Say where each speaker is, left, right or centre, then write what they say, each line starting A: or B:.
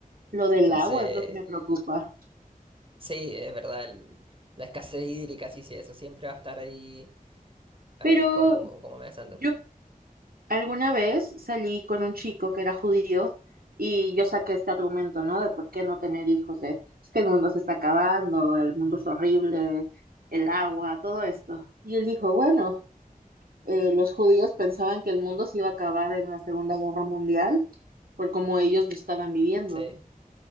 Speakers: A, on the right; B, on the right.
A: Lo del
B: Entonces.
A: agua es lo que me preocupa.
B: Sí, es verdad, el- la escasez hídrica, sí, sí, eso siempre va a estar ahí, ahí
A: Pero
B: como, como amenazando.
A: yo alguna vez salí con un chico que era judío y yo saqué este argumento, ¿no? De por qué no tener hijos, de es que el mundo se está acabando, el mundo es horrible, el agua, todo esto. Y él dijo, bueno. eh, los judíos pensaban que el mundo se iba a acabar en la Segunda Guerra Mundial por cómo ellos lo estaban viviendo.
B: Sí.